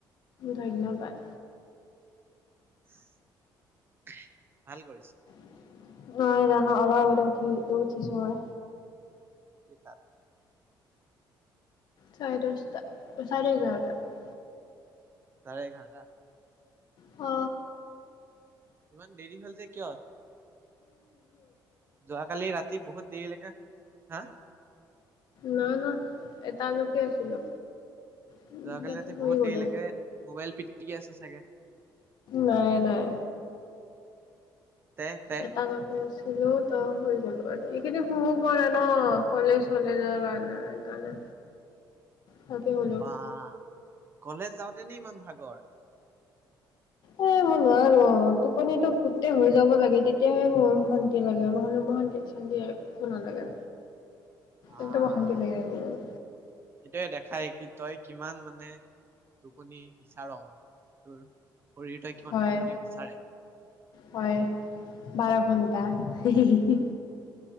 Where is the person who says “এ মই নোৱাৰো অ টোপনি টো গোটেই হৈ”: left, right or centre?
Left